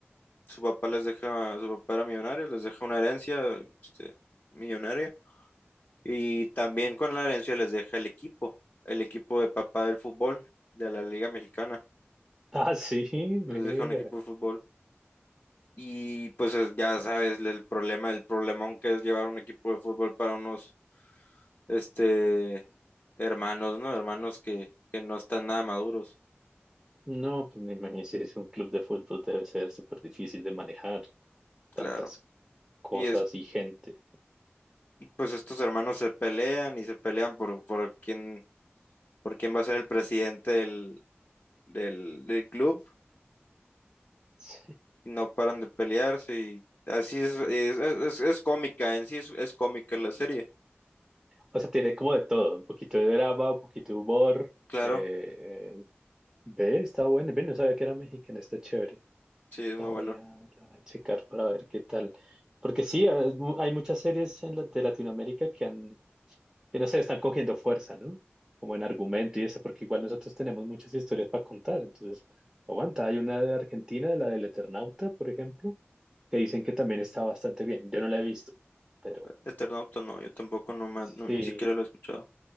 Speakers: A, on the left (about 45°); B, on the right (about 15°).
A: Su papá les deja, su papá era millonario, les deja una herencia, este, millonaria. Y también con la herencia les deja el equipo, el equipo de papá del fútbol, de la Liga Mexicana.
B: Ah, sí, mira.
A: Les deja un equipo de fútbol. Y pues es- ya sabes el problema, el problemón que es llevar un equipo de fútbol para unos, este, hermanos, ¿no? Hermanos que, que no están nada maduros.
B: No, pues me imagino si es un club de fútbol debe ser súper difícil de manejar. tantas
A: Claro.
B: cosas
A: Y es
B: y gente.
A: pues estos hermanos se pelean y se pelean por, por quién, por quién va a ser el presidente del, del, del club
B: Sí.
A: y no paran de pelearse y así es, es, es, es cómica, en sí es, es cómica la serie,
B: O sea, tiene como de todo, un poquito de drama, un poquito de humor.
A: claro,
B: Eh, eh, ve, está bueno. Ve, no sabía que era mexicana, está chévere.
A: sí, es
B: La
A: muy
B: voy
A: buena.
B: a, la voy a checar para ver qué tal. Porque sí, a- es mu- hay muchas series en la- de Latinoamérica que han, que no sé, están cogiendo fuerza, ¿no? Como en argumento y eso, porque igual nosotros tenemos muchas historias para contar. Entonces, aguanta. Hay una de Argentina, la del Eternauta, por ejemplo, que dicen que también está bastante bien. Yo no la he visto, pero
A: Eternauta no, yo tampoco no me,
B: Sí,
A: no, ni siquiera la he escuchado.